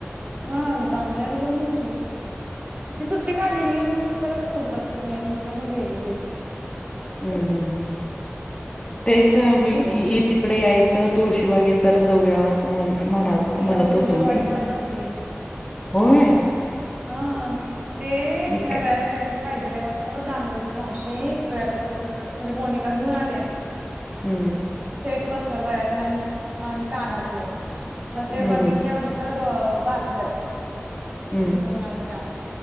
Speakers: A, on the right; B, on the left.
A: हा तांमरायालाू जान म ती सुट्टी का आलेली म म्हट चला तर कुठ तर फिरून या म्हटलं मग गेलो तिथं
B: हम्म हम्म ह तेच मी
A: ती
B: तिकडे यायच तुळशीबाग जर जाऊया अस म्हण म्हणा
A: ती
B: म्हणत
A: आऊ
B: होतो
A: तुझी वाट
B: मी
A: बघत बसली.
B: होय
A: हा ते
B: मी
A: तिला
B: क-
A: गळ्यातलं काहीतरी पाहिजे ला वाट दानोळीची मावशी गळ्यातलं कसल तर म्हणजे मोनिका घेऊन आल्या
B: हम्म
A: सेट कसल गळ्यातलं आणि अ कानातल मग
B: हम्म
A: ते बघितल्या वाढत बारशात.
B: हम्म
A: गोणालच्या